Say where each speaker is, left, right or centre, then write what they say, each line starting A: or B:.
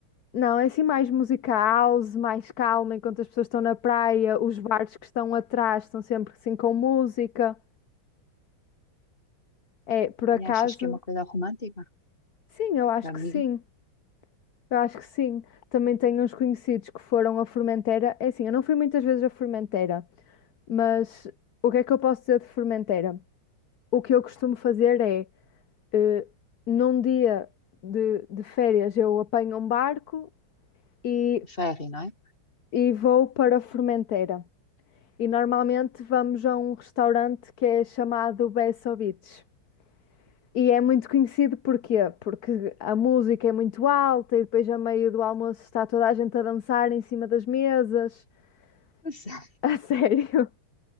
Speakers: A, on the left (about 50°); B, on the left (about 25°).
A: Não, é assim mais música house, mais calma, enquanto as pessoas estão na praia, os bares que estão atrás estão sempre assim com música. É, por acaso,
B: E achas que é uma coisa romântica?
A: sim, eu acho
B: Para
A: que
B: mim,
A: sim. Eu acho que sim. Também tenho uns conhecidos que foram a Formentera. É assim, eu não fui muitas vezes a Formentera. Mas o que é que eu posso dizer de fermenteira? O que eu costumo fazer é, eh, num dia de, de férias, eu apanho um barco e,
B: o ferry, não é?
A: e vou para a fermenteira. E normalmente vamos a um restaurante que é chamado Besso Beach. E é muito conhecido porquê? Porque a música é muito alta e depois, a meio do almoço, está toda a gente a dançar em cima das mesas. <laughs>
B: Pois é.
A: A sério.